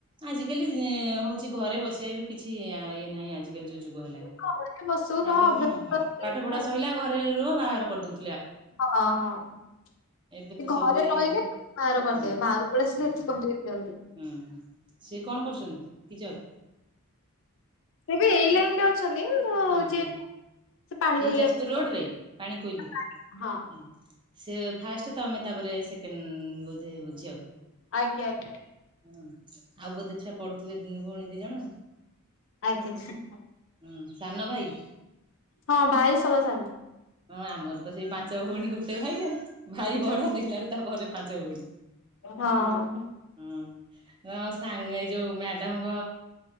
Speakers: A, on the right; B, on the left.
A: ଆଜିକାଲି-ଇ ହୋଉଚି ଘରେ ବସିବା କିଛି ଇଏ ନାହିଁ ଆଜି ଆଜି କାଲି ଯୋଉ ଯୁଗ ହେଲାଣି,
B: ଘରେ ବସିବୁ
A: ଆଗେ
B: ଅଭ୍ୟାସ
A: କଣ ହଁ
B: କରିଗଲାଣି
A: ପାଠ ପଢା ସଇଲା ଘରେ ରୁହ ବାହାଘର କରିଦୋଉଚି
B: ହଁ ହଁ ସେ
A: ଏବେ ତ
B: ଘରେ
A: ସବୁ ଇଏ
B: ରହିଲେ
A: ହେଲେଣି
B: ବାହାର କରିଦେବେ
A: ହୁଁ।
B: ବାହାରକୁଳେଇ ଆସିଲେ
A: ହୁଁ
B: ଏ କରିଦ ଜି
A: ହୁଁ ସେ କଣ କରୁଛନ୍ତି କି ଜବ୍।
B: ତେବେ ଏଇ ଲାଇନ୍ ରେ ଅ ଅଛନ୍ତି କିନ୍ତୁ
A: ହଁ ହଁ
B: ସେ ପାଣିକୋଇଲି
A: ଏଇ ଯାଜପୁର
B: ଅଛି
A: ରୋଡ
B: ଆଉ
A: ରେ ପାଣି କୋଇଲି
B: ହଁ।
A: ହୁଁ। ସେ ଫାଷ୍ଟ ତମେ ତାପରେ ସେକେଣ୍ଡ ବେଧେ ଝିଅ।
B: ଆଜ୍ଞା ଆଜ୍ଞା।
A: ହୁଁ ଆଉ ବୋଧେ ଛୁଆ ପଢୁଥିବେ ଭଉଣୀ ଦି ଜଣ ଆଉ।
B: ଆଜ୍ଞା।
A: ହୁଁ ସାନ ଭାଇ
B: ହଁ ଭାଇ ସବା ସନ।
A: ହଁ ଆମର ତ ସେଇ ପାଞ୍ଚ ଭଉଣୀ ଗୋଟେ ଭାଇ। ଭାଇ ବଢ
B: ହୁଁ
A: ଦେଖିଲାରୁ ତାପରେ ପାଞ୍ଚ ଭଉଣୀ
B: ହଁ।
A: ହଁ ହଁ ସାଙ୍ଗ ଏଇ ଯୋଉ ମ୍ୟାଡାମଙ୍କ